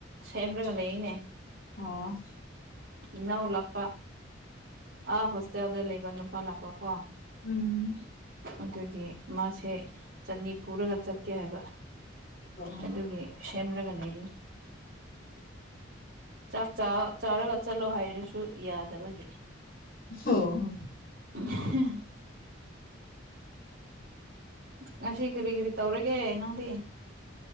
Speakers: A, on the right (about 55°); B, on the left (about 50°).
A: ꯁꯦꯝꯔꯒ ꯂꯩꯌꯦꯅꯦ
B: ꯑꯣ
A: ꯏꯟꯅꯎ ꯂꯥꯛꯄ ꯑꯥ ꯍꯣꯁꯇꯦꯜꯗ ꯂꯩꯕ ꯅꯨꯄꯥ ꯂꯥꯛꯄ ꯀꯣ
B: ꯎꯝ
A: ꯑꯗꯨꯒꯤ ꯃꯥꯁꯦ ꯆꯠꯅꯤ ꯄꯨꯔꯒ ꯆꯠꯀꯦ ꯍꯥꯏꯕ
B: ꯑꯣ
A: ꯑꯗꯨꯒꯤ ꯁꯦꯝꯔꯒ ꯂꯩꯕꯅꯤ ꯆꯥꯛ ꯆꯥ ꯆꯥꯔꯒ ꯆꯠꯂꯣ ꯍꯥꯏꯔꯁꯨ ꯌꯥꯗꯕꯒꯤ
B: <unintelligible>
A: <unintelligible> ꯉꯁꯤ ꯀꯔꯤ ꯀꯔꯤ ꯇꯧꯔꯒꯦ ꯅꯪꯗꯤ